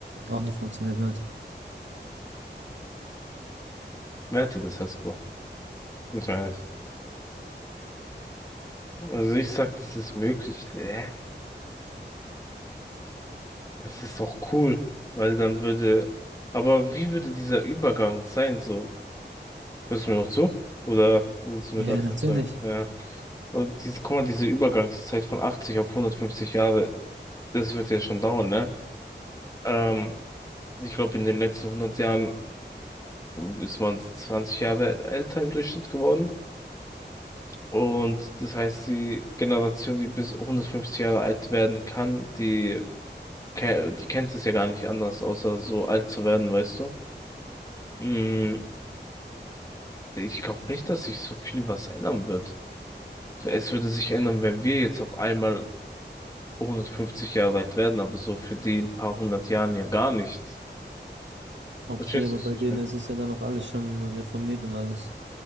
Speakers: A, on the right; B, on the left.
A: auch nicht funktionieren wird.
B: Wer hat dir das Herz gebrochen? Ganz mal ehrlich. Also ich sag, das ist möglich. Äh, das ist doch cool, weil dann würde. Aber wie würde dieser Übergang sein? So, hörst du mir noch zu? Oder willst du
A: Ja,
B: mir gerade
A: natürlich.
B: nicht zuhören? Ja. Und diese, guck mal, diese Übergangszeit von 80 auf hundertfünfzig Jahre, das wird ja schon dauern, ne? Ähm, ich glaube, in den letzten hundert Jahren ist man 20 Jahre älter im Durchschnitt geworden. Und das heißt, die Generation, die bis 150 Jahre alt werden kann, die, ke- die kennt es ja gar nicht anders, außer so alt zu werden, weißt du? Mm, ich glaube nicht, dass sich so viel was ändern wird. Es würde sich ändern, wenn wir jetzt auf einmal 150 Jahre alt werden, aber so für die in ein paar hundert Jahren ja gar nicht.
A: Okay,
B: Verstehst
A: aber
B: du, was
A: bei
B: ich
A: denen
B: meine?
A: ist es ja dann auch alles schon reformiert und alles.